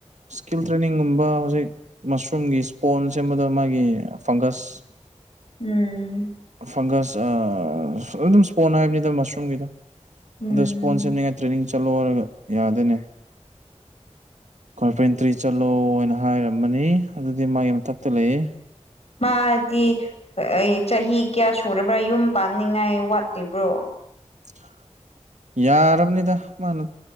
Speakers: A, on the right; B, on the left.
A: ꯏꯁꯀꯤꯜ ꯇ꯭ꯔꯦꯅꯤꯡꯒꯨꯝꯕ ꯍꯧꯖꯤꯛ ꯃꯁꯔꯨꯝꯒꯤ ꯏꯁꯄꯣꯟ ꯁꯦꯝꯕꯗ ꯃꯥꯒꯤ ꯐꯪꯒꯁ <inaudible>
B: ꯎꯝ
A: ꯐꯪꯒꯁ ꯑ ꯑꯗꯨꯝ ꯏꯁꯄꯣꯟ ꯍꯥꯏꯕꯅꯤꯗ ꯃꯁꯔꯨꯝꯒꯤꯗꯣ
B: ꯎꯝ
A: ꯑꯗꯣ ꯐꯣꯟ ꯁꯦꯝꯅꯤꯡꯉꯥꯏ ꯇ꯭ꯔꯦꯅꯤꯡ ꯆꯠꯂꯣ ꯍꯥꯏꯔꯒ ꯌꯥꯗꯦꯅꯦ ꯀꯔꯄꯦꯟꯇ꯭ꯔꯤ ꯆꯠꯂꯣ ꯍꯥꯏꯅ ꯍꯥꯏꯔꯃꯅꯤ ꯑꯗꯨꯗꯤ ꯃꯥꯒꯤ ꯃꯊꯛꯇ ꯂꯩꯌꯦ
B: ꯃꯥꯗꯤ ꯑꯩ ꯆꯍꯤ ꯀꯌꯥ ꯁꯨꯔꯕ꯭ꯔꯥ ꯌꯨꯝ ꯄꯥꯟꯅꯤꯡꯉꯥꯏ ꯋꯥꯠꯂꯤꯕ꯭ꯔꯣ?
A: <inaudible> ꯌꯥꯔꯕꯅꯤꯗ ꯃꯥꯅ